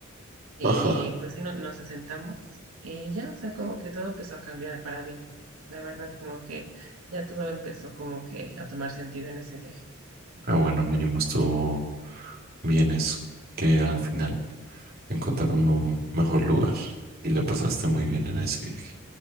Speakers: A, on the right; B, on the right.
A: Y
B: <laughs>
A: pues sí, no- nos asentamos y ya, o sea, como que todo empezó a cambiar para bien. La verdad, como que ya todo empezó como que a tomar sentido en ese viaje.
B: Ah, bueno, mínimo estuvo bien eso, que al final. encontrar un, un mejor lugar. Y la pasaste muy bien en ese viaje.